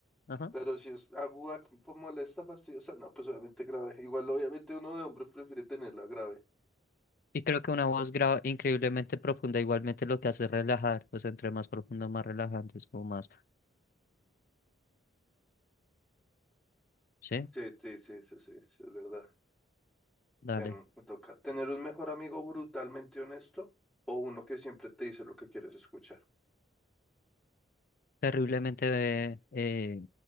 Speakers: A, on the left; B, in the centre.
A: Ajá.
B: pero si es aguda, pues molesta, fastidiosa, no, pues obviamente grave. Igual, obviamente, uno de hombre prefiere tenerla grave.
A: Y creo que una voz gra- increíblemente profunda igualmente lo que hace es relajar, pues entre más profundo, más relajante, es como más... Sí,
B: Sí, sí, sí, sí, sí, sí, es verdad.
A: dale.
B: Bueno, me toca tener un mejor amigo brutalmente honesto o uno que siempre te dice lo que quieres escuchar.
A: Terriblemente... eh,